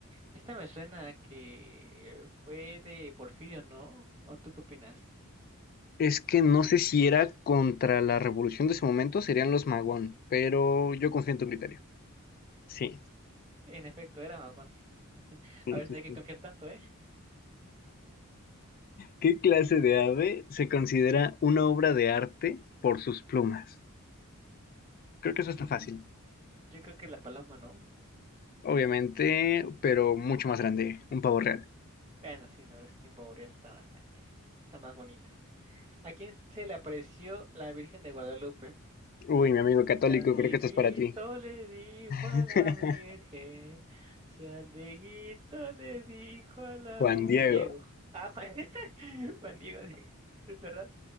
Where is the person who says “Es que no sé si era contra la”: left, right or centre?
Left